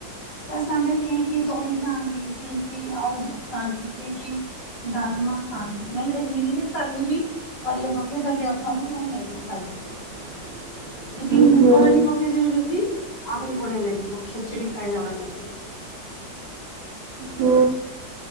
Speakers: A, on the left (about 75°); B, on the right (about 75°).
A: ତା ସାଙ୍ଗରେ କେହି କେହି ଦହି ଖାଆନ୍ତି କେହି କେହି ଆଳୁଦମ୍ ଖାଆନ୍ତି କେହି କେହି ଡାଲ୍ମା ଖାଆନ୍ତି ନହେଲେ ଏମିତି ବି ଖାଲି ବି ପରିବା ପକେଇ ଦଲିଆ ଉପମା ବି ଭଲ ଲାଗିବ ଖାଇ
B: <inaudible>
A: ସେଥେରେ ଟିକେ
B: ଓହୋ
A: ମୁଗ ଡାଲି ପକେଇଦେବି ଯଦି ଆହୁରି ବଢିଆ ଲାଗିବ ଖେଚିଡି ଖାଇଲା ଭଳିଆ ଲାଗିବ।
B: ହୋ